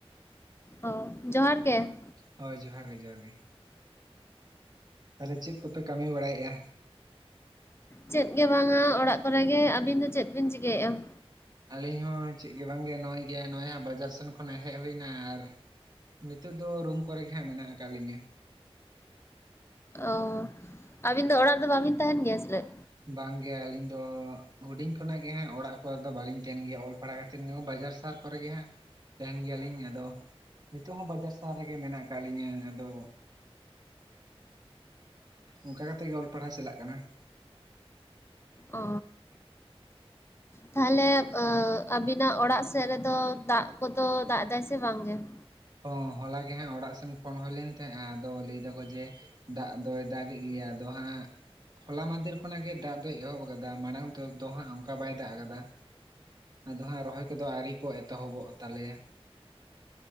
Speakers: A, on the left; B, on the right.
A: ᱚ ᱡᱚᱦᱟᱨ ᱜᱮ ᱾
B: ᱦᱳᱭ ᱡᱚᱦᱟᱨ ᱜᱮ ᱡᱚᱦᱟᱨ ᱜᱮ ᱛᱟᱦᱚᱞᱮ ᱪᱮᱫ ᱠᱚᱯᱮ ᱠᱟᱹᱢᱤ ᱵᱟᱲᱟᱭᱮᱫᱼᱟ?
A: ᱪᱮᱫ ᱜᱮ ᱵᱟᱝᱟ ᱚᱲᱟᱜ ᱠᱚᱨᱮ ᱜᱮ ᱟᱵᱮᱱ ᱫᱚ ᱪᱮᱫ ᱵᱮᱱ ᱪᱤᱠᱟᱹᱭᱮᱫᱟ ᱾
B: ᱟᱹᱞᱤᱧ ᱦᱚᱸ ᱪᱮᱫ ᱜᱮ ᱵᱟᱝᱜᱮ ᱱᱚᱜ-ᱚᱭ ᱜᱮᱭᱟ ᱱᱚᱜᱼᱚᱭ ᱦᱟᱸᱜ ᱵᱟᱡᱟᱨ ᱥᱮᱱ ᱠᱷᱚᱱᱟᱜ ᱦᱮᱡ ᱦᱩᱭᱱᱟ ᱟᱨ ᱱᱤᱛᱚᱜ ᱫᱚ ᱨᱩᱢ ᱠᱚᱨᱮ ᱜᱮ ᱦᱟᱸᱜ ᱢᱮᱱᱟᱜ ᱟᱠᱟᱫ ᱞᱤᱧᱟᱹ
A: ᱚ ᱟᱵᱮᱱ ᱫᱚ ᱚᱲᱟᱜ ᱨᱮᱫᱚ ᱵᱟᱵᱮᱱ ᱛᱟᱦᱮᱱ ᱜᱮᱭᱟ ᱥᱮᱪᱮᱫ?
B: ᱵᱟᱝ ᱜᱮ ᱟᱹᱞᱤᱧ ᱫᱚ ᱦᱩᱰᱤᱧ ᱠᱷᱚᱱᱟᱜ ᱜᱮᱦᱟᱸᱜ ᱚᱲᱟᱜ ᱠᱚᱨᱮ ᱫᱚ ᱵᱟᱹᱞᱤᱧ ᱛᱟᱦᱮᱱ ᱜᱮᱭᱟ ᱚᱞ ᱯᱟᱲᱦᱟᱣ ᱠᱟᱛᱮᱜ ᱵᱟᱡᱟᱨ ᱥᱟᱦᱟᱨ ᱠᱚᱨᱮ ᱜᱮ ᱦᱟᱸᱜ ᱛᱟᱦᱮᱱ ᱜᱮᱭᱟᱞᱤᱧ ᱟᱫᱚ ᱾ ᱱᱤᱛᱚᱜ ᱦᱚᱸ ᱵᱟᱡᱟᱨ ᱥᱟᱦᱟᱨ ᱨᱮᱜᱮ ᱢᱮᱱᱟᱜ ᱟᱠᱟᱫ ᱞᱤᱧᱟᱹ ᱟᱫᱚ ᱚᱱᱠᱟ ᱠᱟᱛᱮᱜ ᱜᱮ ᱚᱞ ᱯᱟᱲᱦᱟᱣ ᱪᱟᱞᱟᱜ ᱠᱟᱱᱟ ᱾
A: ᱚ ᱛᱟᱦᱚᱞᱮ ᱟᱵᱮᱱᱟᱜ ᱚᱲᱟᱜ ᱥᱮᱫ ᱨᱮᱫᱚ ᱫᱟᱜ ᱠᱚᱫᱚ ᱫᱟᱜ ᱮᱫᱟᱭ ᱥᱮ ᱵᱟᱝᱜᱮ ᱾
B: ᱦᱚᱸ ᱦᱚᱞᱟ ᱜᱮ ᱦᱟᱸᱜ ᱚᱲᱟᱜ ᱥᱮᱱ ᱯᱷᱚᱱ ᱦᱩᱭ ᱞᱮᱱ ᱛᱟᱦᱮᱸᱜᱼᱟ ᱟᱫᱚ ᱞᱟᱹᱭ ᱮᱫᱟᱠᱚ ᱡᱮ ᱫᱟᱜ ᱫᱚᱭ ᱫᱟᱜ ᱮᱫ ᱜᱮᱭᱟ ᱟᱫᱚ ᱦᱟᱸᱜ ᱾ ᱦᱚᱞᱟ ᱢᱟᱫᱷᱮᱨ ᱠᱷᱚᱱᱟᱜ ᱜᱮ ᱫᱟᱜ ᱫᱚᱭ ᱮᱦᱚᱵ ᱟᱠᱟᱫᱟ ᱢᱟᱲᱟᱝ ᱫᱚ ᱫᱚ ᱦᱟᱸᱜ ᱚᱱᱠᱟ ᱵᱟᱭ ᱫᱟᱜ ᱟᱠᱟᱫᱟ ᱾ ᱟᱫᱚ ᱦᱟᱸᱜ ᱨᱚᱦᱚᱭ ᱠᱚᱫᱚ ᱟᱹᱣᱨᱤ ᱠᱚ ᱮᱛᱚᱦᱚᱵᱚᱜᱼᱟ ᱛᱟᱞᱮᱭᱟ ᱾